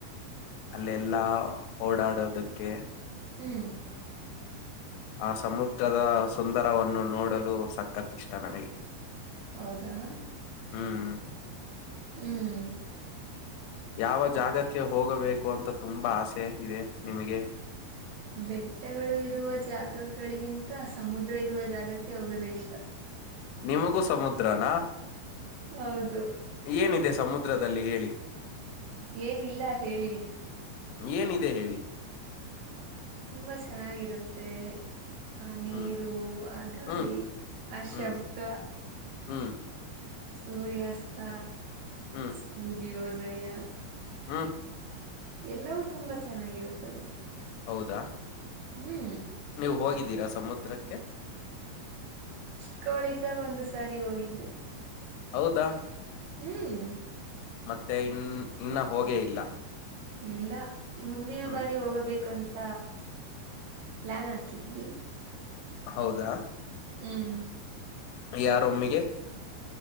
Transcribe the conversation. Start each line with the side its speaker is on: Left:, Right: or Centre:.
Left: ಅಲ್ಲೆಲ್ಲಾ ಓಡಾಡೋದಕ್ಕೆ
Right: ಹ್ಮ್
Left: ಆ ಸಮುದ್ರದ ಸುಂದರವನ್ನು ನೋಡಲು ಸಖತ್ ಇಷ್ಟ ನನಗೆ
Right: ಹೌದಾ
Left: ಹ್ಮ್
Right: ಹ್ಮ್
Left: ಯಾವ ಜಾಗಕ್ಕೆ ಹೋಗಬೇಕು ಅಂತ ತುಂಬಾ ಆಸೆ ಇದೆ ನಿಮಗೆ
Right: ಬೆಟ್ಟಗಳು ಇರುವ ಜಾಗಗಳಿಗಿಂತ ಸಮುದ್ರ ಇರುವ ಜಾಗಕ್ಕೆ ಹೋಗಲು ಇಷ್ಟ
Left: ನಿಮಗೂ ಸಮುದ್ರನಾ
Right: ಹೌದು
Left: ಏನಿದೆ ಸಮುದ್ರದಲ್ಲಿ ಹೇಳಿ
Right: ಏನಿಲ್ಲ ಹೇಳಿ
Left: ಏನಿದೆ ಹೇಳಿ
Right: ತುಂಬಾ ಚೆನ್ನಾಗಿರುತ್ತೆ ಆ ನೀರು
Left: ಹ್ಮ್
Right: ಆ ಗಾಳಿ
Left: ಹ್ಮ್
Right: ಆ ಶಬ್ದ
Left: ಹ್ಮ್ ಹ್ಮ್
Right: ಸೂರ್ಯಾಸ್ತ
Left: ಹ್ಮ್
Right: ಸೂರ್ಯೋದಯ
Left: ಹ್ಮ್
Right: ಎಲ್ಲವೂ ತುಂಬಾ ಚೆನ್ನಾಗಿರುತ್ತದೆ
Left: ಹೌದಾ
Right: ಹ್ಮ್
Left: ನೀವು ಹೋಗಿದ್ದೀರಾ ಸಮುದ್ರಕ್ಕೆ
Right: ಚಿಕ್ಕವಳಿದ್ದಾಗ ಒಂದು್ ಸಾರಿ ಹೋಗಿದ್ದೆ
Left: ಹೌದಾ
Right: ಹ್ಮ್
Left: ಮತ್ತೆ ಇನ್ ಇನ್ನ ಹೋಗೇ ಇಲ್ಲ
Right: ಇಲ್ಲ ಮುಂದಿನ
Left: ಹ್ಮ್
Right: ಬಾರಿ ಹೋಗಬೇಕಂತ ಪ್ಲಾನ್ ಹಾಕಿದ್ವಿ
Left: ಹೌದಾ
Right: ಹ್ಮ್
Left: ಯಾರೊಮ್ಮಿಗೆ